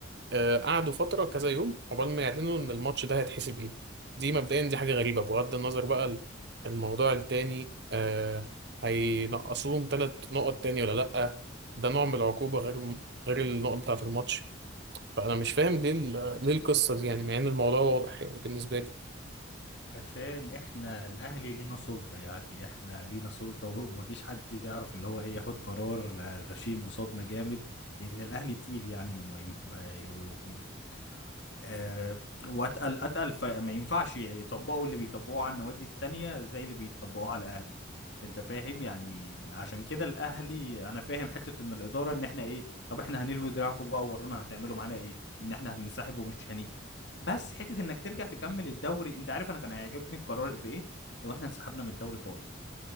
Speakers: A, on the right (about 55°); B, on the left (about 60°).
A: آه، قعدوا فترة كذا يوم عقبال ما يعلنوا ان الماتش ده هيتحسب ايه دي مبدئيا دي حاجة غريبة بغض النظر بقى ال- الموضوع التاني آه، هينقصوهم ثلاث نقط تاني ولا لأ ده نوع من العقوبة غير غير النقط بتاعة الماتش فانا مش فاهم ليه ال- ليه القصه دي يعني مع ان الموضوع واضح يعني بالنسبه لي
B: عشان احنا الاهلي لينا سلطة يعني احنا لينا سلطة ومفيش حد يعرف اللي هو ايه ياخد قرار آه، غشيم قصادنا جامد لان الاهلي تقيل يعني وما ين... آه، و... و... آه، واتقل اتقل فما ينفعش يطبقوا اللي بيطبقوه على النوادي التانية زي اللي بيطبقوه على الاهلي انت فاهم يعني عشان كده الاهلي انا فاهم حتة ان الادارة ان احنا ايه طب احنا هنلوي دراعكم بقى وورونا هتعملوا معانا ايه ان احنا هننسحب ومش هنيجي بس حته انك ترجع تكمل الدوري انت عارف انا كان هيعجبني القرار في ايه لو احنا انسحبنا من الدوري خالص